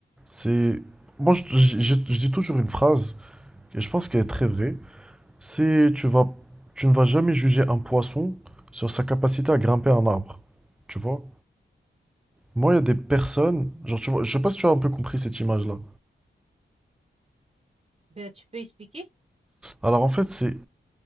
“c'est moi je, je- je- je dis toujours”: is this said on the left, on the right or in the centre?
Centre